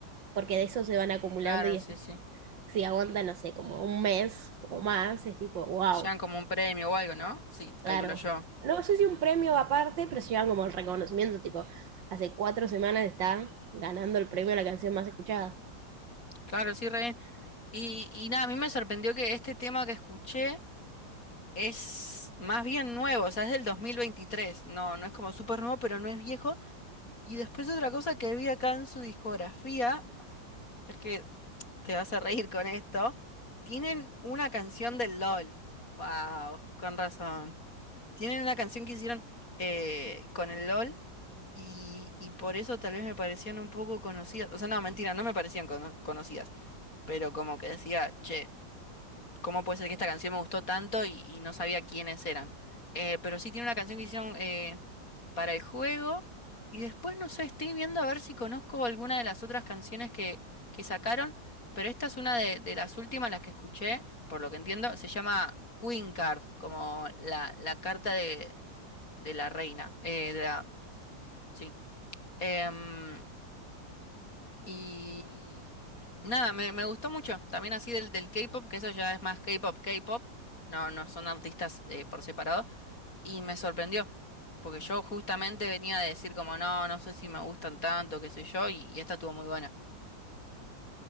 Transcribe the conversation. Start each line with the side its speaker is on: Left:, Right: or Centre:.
Right: porque de eso se van acumulando
Left: Claro,
Right: y es-
Left: sí, sí.
Right: si aguantan, no sé, como un mes o más, es tipo, wow,
Left: Te Llevan como un premio o algo, ¿no? Sí,
Right: claro.
Left: calculo yo.
Right: No no sé si un premio aparte, pero se llevan como el reconocimiento, tipo, hace cuatro semanas está ganando el premio a la canción más escuchada.
Left: Claro, sí, re bien. Y, y nada, a mí me sorprendió que este tema que escuché es más bien nuevo, o sea, es del dos mil veintitrés No, no es como súper nuevo, pero no es viejo Y después otra cosa que vi acá en su discografía, es que te vas a reír con esto, tienen una canción del LOL. Wow, con razón. Tienen una canción que hicieron eh, con el LOL y, y por eso tal vez me parecían un poco conocidas. O sea, no, mentira, no me parecían cono- conocidas, pero como que decía, che cómo puede ser que esta canción me gustó tanto y, y no sabía quiénes eran. Eh, pero sí tiene una canción que hicieron eh, para el juego. Y después, no sé, estoy viendo a ver si conozco alguna de las otras canciones que, que sacaron. Pero esta es una de, de las últimas, las que escuché, por lo que entiendo. Se llama Queen Card, como la, la carta de, de la reina. eh, de la, sí. Em, y nada, me, me gustó mucho. También así del, del K-pop, que eso ya es más K-pop, K-pop. No, no son artistas eh, por separado. Y me sorprendió. Porque yo justamente venía de decir como, no, no sé si me gustan tanto, qué sé yo, y, y esta estuvo muy buena.